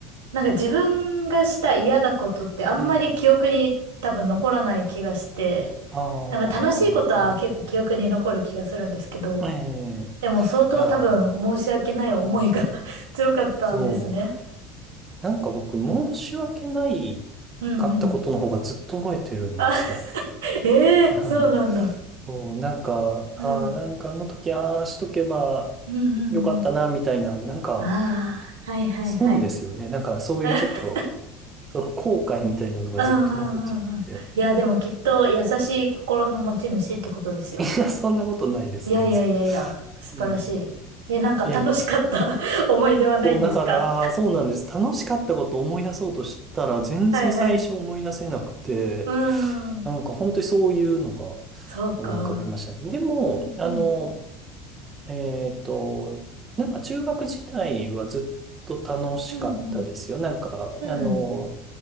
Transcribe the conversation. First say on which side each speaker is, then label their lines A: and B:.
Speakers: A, on the right (about 85°); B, on the right (about 30°).
A: なんか自分がした嫌なことってあんまり記憶に多分残らない気がして、
B: ねえ、ああ、
A: なんか楽しいことは結構記憶に残る気がするんですけど、
B: うん、ええ、
A: でも相当多分申し訳ない思いが
B: いや、うん、
A: <laughs> 強かったんですね。
B: そう。なんか僕、申し訳ない
A: うんうん。
B: かったことの方がずっと覚えてるんですよ。
A: あ、<laughs> ええーそうなんだ。
B: <laughs> そう、なんか、ああ、
A: うん。
B: なんかあの時、ああしとけば
A: うんうんうん。
B: よかったな、みたいな、なんか、
A: ああ、はいはいはい。
B: 損ですよね。なんか、そういうちょっと、
A: <laughs>
B: その後悔みたいなのがずっと残っちゃってて。
A: うんうんうんうん。いや、でもきっと優しい心の持ち主ってことですよ。
B: <laughs> いや、そんなことないです、
A: いやいやいやいや、
B: 全然。
A: 素晴らしい。
B: うん。
A: え、なんか楽しかった
B: いやいや。
A: <laughs> 思い出はないんですか
B: そう、だから、そうなんです。楽しかったことを思い出そうとしたら、全然最初思い出せなくて、
A: はいはい。うーん。
B: なんか本当にそういうのが
A: そうか。
B: 思い浮かびましたね。でも、
A: うんうん。
B: あの、えっと、なんか中学時代はずっと楽しかったですよ。
A: うんうん。
B: なんか、あの、
A: うん。